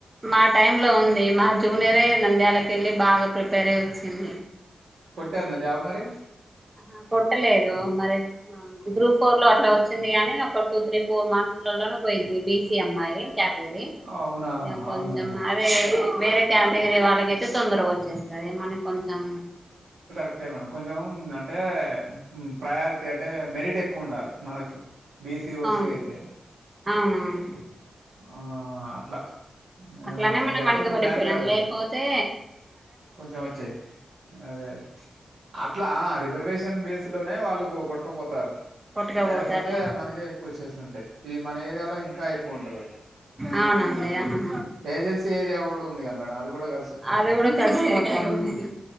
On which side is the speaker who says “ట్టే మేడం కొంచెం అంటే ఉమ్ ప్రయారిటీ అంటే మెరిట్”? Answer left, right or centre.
Right